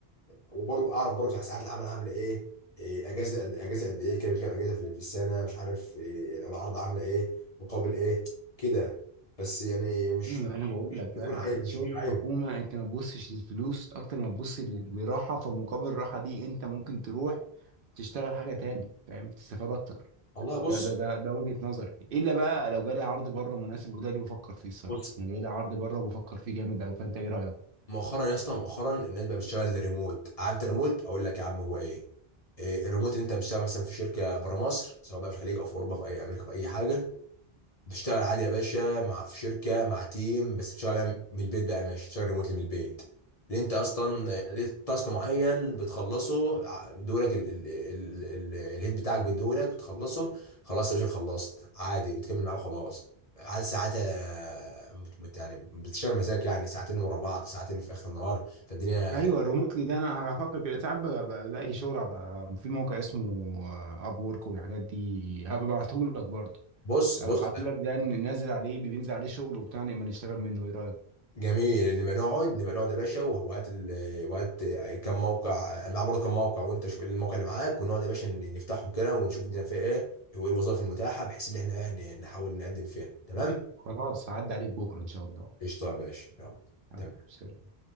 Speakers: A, on the left; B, on the right.
A: وبرضه اعرف برضه ساعات العمل عامله ايه إيه، اجازه قد اجازه قد ايه كام كام اجازه في في السنه مش عارف إيه، لو العرض عامله ايه مقابل ايه كده بس يعني مش
B: ما انا
A: مش
B: بقول
A: مش
B: لك
A: بتكون
B: بقى
A: حاجه مش
B: شغل
A: مش حاجه
B: الحكومه انت ما تبصش للفلوس اكتر ما تبص لل- لراحه فمقابل الراحه دي انت ممكن تروح تشتغل حاجه تاني فاهم تستفاد اكتر
A: والله بص
B: ده ده ده ده وجهه نظري الا بقى لو جالي عرض بره مناسب وده اللي بفكر فيه الصراحه
A: بص
B: انا جاي لي عرض بره وبفكر فيه جامد قوي فانت ايه رايك؟
A: مؤخرا يا اسطى مؤخرا الناس بقى بتشتغل ريموت عارف الريموت اقول لك يا عم هو ايه إيه، الريموت اللي انت بتشتغل مثلا في شركه بره مصر سواء بقى في الخليج او في اوروبا في اي امريكا في اي حاجه بتشتغل عادي يا باشا مع في شركه مع تيم بس بتشتغل من البيت بقى ماشي بتشتغل ريموتلي من البيت لان انت اصلا ليك تاسك معين بتخلصه ع- بيديهولك ال- ال- ال- ال- الهيد بتاعك بيديهولك بتخلصه خلاص يا باشا خلصت عادي وتكمل معاه وخلاص عاد ساعاتها مت- مت- يعني بتشتغل مزاج يعني ساعتين ورا بعض ساعتين في اخر النهار فالدنيا
B: ايوه الريموتلي ده انا بفكر كده ساعات ب- بلاقي شغل على في موقع اسمه اب وورك والحاجات دي هبعتهولك برضه
A: بص
B: هبعتهولك
A: بص
B: ده ننزل عليه بينزل عليه شغل وبتاع نبقى نشتغل منه ايه رايك؟
A: جميل ان نبقى نقعد نبقى نقعد يا باشا وهات ال... وهات كم موقع انا معايا برضه كم موقع وانت شوف إيه الموقع اللي معاك ونقعد يا باشا ن- نفتحهم كده ونشوف الدنيا فيها ايه وايه الوظائف المتاحه بحيث ان احنا إيه ن- نحاول نقدم فيها تمام؟
B: خلاص عدى عليك بكرة إن شاء الله
A: قشطه يا باشا يلا
B: حبيبي
A: تمام
B: سلام.